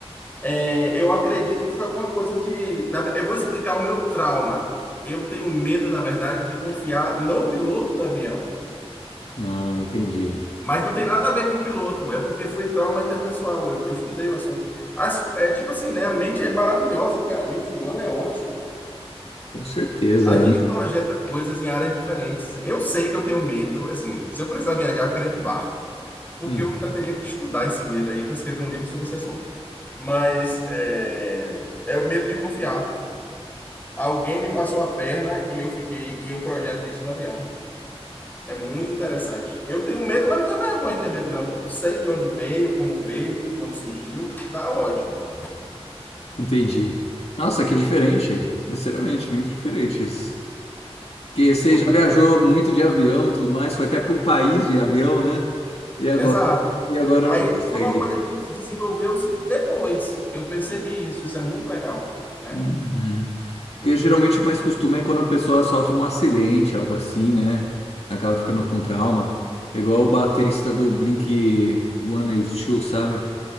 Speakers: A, on the left; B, on the left.
A: É, eu acredito que foi alguma coisa de. na- Eu vou explicar o meu trauma. Eu tenho medo, na verdade, de confiar no piloto do avião.
B: Ah, entendi.
A: Mas não tem nada a ver com o piloto, é porque foi trauma interpessoal. Eu, eu estudei o assunto. As- é tipo assim, né? A mente é maravilhosa, cara. A mente humana é ótima.
B: Com certeza.
A: A gente projeta coisas em áreas diferentes. Eu sei que eu tenho medo, assim, se eu precisar viajar, eu quero ir de barco. Porque
B: Hum,
A: eu ainda teria que estudar esse medo aí para escrever um livro sobre esse assunto. Mas é, é o medo de confiar. Alguém me passou a perna e eu fiquei e eu projeto isso no avião. É muito interessante. Eu tenho medo, mas não tenho vergonha de ter medo, não. Eu sei de onde veio, como veio, onde surgiu. Tá ótimo.
B: entendi. Nossa, que diferente. Sinceramente, muito diferente isso. Porque você
A: Muito
B: já
A: interessante.
B: viajou muito de avião, tudo mais, foi até para um país de avião, né? E agora,
A: Exato.
B: e agora
A: Aí
B: não consegue.
A: foi uma coisa que desenvolveu-se depois. Eu percebi isso. Isso é muito legal, né?
B: Uhum. Porque geralmente o mais costume é quando a pessoa sofre um acidente, algo assim, né? Acaba ficando com trauma. É igual o baterista do Blink 182, sabe?